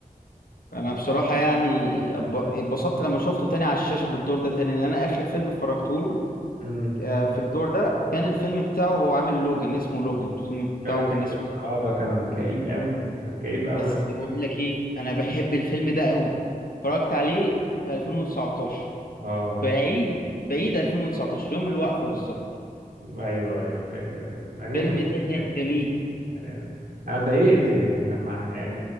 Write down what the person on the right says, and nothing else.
امم
فيلم
لوجان
اه ده كان كئيب قوي كان كئيب قوي
يا صديقي
اه
ايوه ايوه فاكر كان مع اني
كنت
متضايق.
يعني انا أنا اتضايقت يعني لما يعني